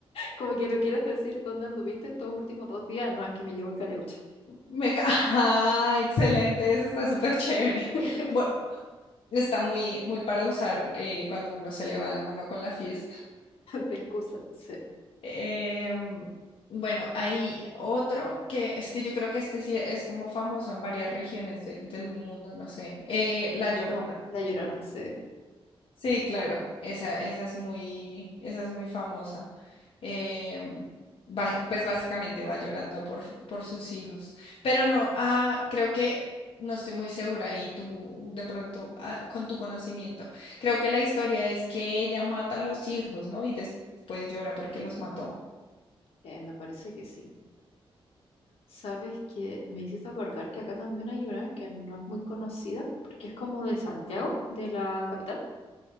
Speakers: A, on the left; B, on the left.
A: como que no quieres decir dónde anduviste estos últimos dos días, no es que me llevo el caleuche
B: Me ca- Ajá, excelente, eso está súper chévere.
A: <laughs>
B: <laughs> Bueno, está muy, muy para usar eh, cuando uno se le va la mano con la fiesta.
A: de excusa, sí.
B: Em, bueno, hay otro que es que yo creo que este sí es como famoso en varias regiones de- del mundo, no sé. Eh, La Llorona.
A: La Llorona, sí.
B: Sí, claro, esa, esa es muy, esa es muy famosa. Em, ba- pues básicamente va llorando por, por sus hijos. Pero no, ah, creo que no estoy muy segura y tú de pronto, ah, con tu conocimiento, creo que la historia es que ella mata a los hijos, ¿no? Y después llora porque los mató.
A: Eh, me parece que sí. Sabes que me hiciste acordar que acá también hay una que no es muy conocida porque es como de Santiago, de la capital,